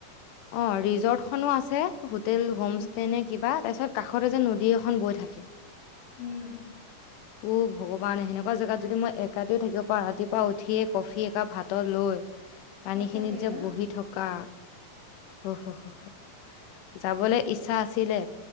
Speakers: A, on the left; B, on the left.
A: অ'
B: তাত
A: ৰিজৰ্টখনো আছে, হোটেল
B: উম,
A: হোম ষ্টে নে কিবা, তাৰপিছত কাষতে যে নদী এখন বৈ থাকে <inaudible>
B: উম
A: <inaudible> উ ভগৱান, সেনেকুৱা জেগাত যদি মই এক ৰাতিও থাকিব পাৰায়, ৰাতিপুৱা উঠিয়ে কফি একাপ হাতত লৈ পানী
B: সঁচাকে
A: খিনিত
B: দিয়া
A: যে বহি থকা! উহ, উহ, উহ, উহ যাবলৈ ইচ্ছা আছিলে